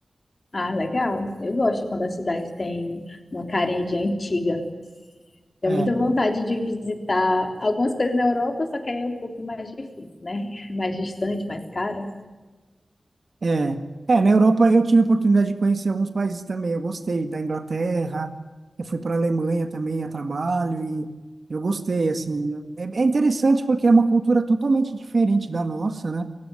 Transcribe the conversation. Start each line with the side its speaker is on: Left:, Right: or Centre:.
Left: Ah, legal. Eu gosto quando a cidade tem uma carinha de antiga. Tenho
Right: É.
Left: muita vontade de visitar algumas coisas na Europa, só que aí é um pouco mais difícil, né? <laughs> Mais distante, mais caro.
Right: É, é, na Europa eu tive a oportunidade de conhecer alguns países também. Eu gostei da Inglaterra, eu fui para a Alemanha também a trabalho e eu gostei, assim. É, é interessante porque é uma cultura totalmente diferente da nossa, né?